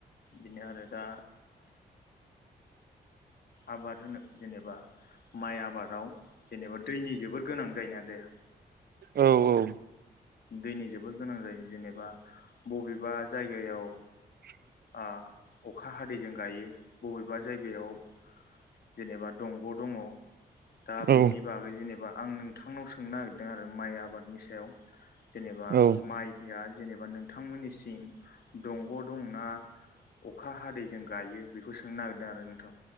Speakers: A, on the left; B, on the right.
A: बिनो आरोदा आबाद होनो जेनेबा माइ आबादाव जेनेबा दैनि जोबोर गोनां जायोना जाया
B: औ औ
A: दैनि जोबोद गोनां जायो जेनेबा बबेबा जायगायाव
B: <inaudible>
A: अखा हा दैजों गायो बबेबा जायगायाव जेनेबा दंग' दङ दा बेनि
B: औ
A: बागै जेनेबा आं नोंथांनाव सोंनो नागिरदों आरो माइ आबादनि सायाव <inaudible> जेनेबा
B: औ
A: माइ या जेनेबा नोंथांमोननि सिं दंग' दंना अखा हादैजों गायो बेखौ सोंनो नागिरदों आरो नोंथां